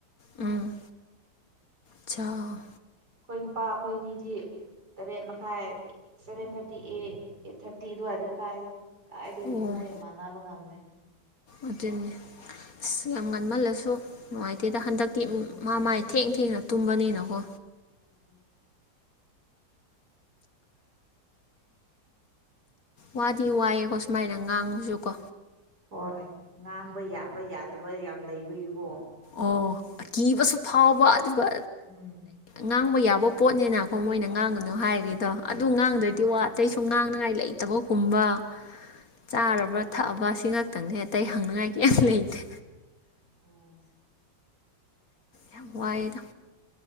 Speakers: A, on the left; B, on the right.
A: ꯎꯝ ꯑꯆꯥꯎ
B: ꯑꯩꯈꯣꯏ ꯅꯨꯄꯥ ꯑꯩꯈꯣꯏꯅꯤꯗꯤ ꯇꯔꯦꯠ ꯃꯈꯥꯏ ꯁꯚꯦꯟ ꯊꯥꯔꯇꯤ ꯑꯦ ꯑꯩꯠ ꯊꯥꯔꯇꯤ ꯑꯗꯨꯋꯥꯏꯗ ꯆꯥꯏꯗꯣ ꯀꯥꯏꯗꯒꯤ
A: ꯑꯣ
B: ꯃꯣꯏꯒ ꯃꯥꯟꯅꯕ ꯉꯝꯅꯤ
A: ꯑꯗꯨꯅꯦ ꯑꯁ ꯌꯥꯝ ꯉꯟꯃꯜꯂꯁ ꯑꯁꯨ ꯅꯨꯡꯉꯥꯏꯇꯦꯗ ꯍꯟꯗꯛꯇꯤ
B: ꯎꯝ
A: ꯃꯥ ꯃꯥꯥꯏ ꯊꯦꯡ ꯊꯦꯡꯅ ꯇꯨꯝꯕꯅꯤꯅꯀꯣ
B: ꯎ
A: ꯋꯥꯗꯤ ꯋꯥꯏꯑꯦꯀꯣ ꯁꯨꯃꯥꯏꯅ ꯉꯥꯛꯁꯨꯀꯣ
B: ꯍꯣꯏ ꯉꯥꯡꯕ ꯌꯥꯕ ꯌꯥꯗꯕ ꯌꯥꯝ ꯂꯩꯕꯒꯤꯀꯣ
A: ꯑꯣ ꯑꯀꯤꯕꯁꯨ ꯐꯥꯎꯕ ꯑꯗꯨꯒ
B: ꯎꯝ
A: ꯉꯥꯡꯕ ꯌꯥꯕ ꯄꯣꯠꯅꯦꯅ ꯑꯩꯈꯣ ꯃꯣꯏꯅ ꯉꯥꯡꯒꯅꯨ ꯍꯥꯏꯔꯦꯗꯣ ꯑꯗꯨ ꯉꯥꯡꯗ꯭ꯔꯗꯤ
B: ꯎꯝ
A: ꯋꯥ ꯑꯇꯩꯁꯨ ꯉꯥꯡꯅꯉꯥꯏ ꯂꯩꯇꯕ ꯀꯨꯝꯕ ꯆꯥꯔꯕ꯭ꯔꯥ ꯊꯛꯑꯕ ꯁꯤꯈꯥꯛꯛꯇꯪꯅꯦ ꯑꯇꯩ ꯍꯪꯅꯤꯡꯉꯥꯏ ꯀꯩꯝ ꯂꯩꯇꯦ
B: ꯎꯝ
A: ꯌꯥꯝ ꯋꯥꯏꯑꯦꯗ